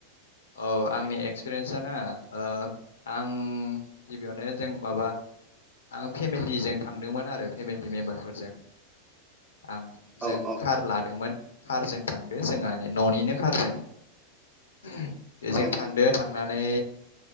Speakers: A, on the left (about 65°); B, on the right (about 20°).
A: औ आंनि एक्सपिरियेन्सआ ना ओ आं गिबियावनो जों माबा आं फेमिलिजों थांदोंमोन आरो फेमिलि मेम्बारफोरजों। आं जों
B: औ औ
A: कार लादोंमोन। कारजों थांदो जोंहानि न'निनो कारजों। <unintelligible> बेजों
B: औ नोंथां
A: थांदो थांनानै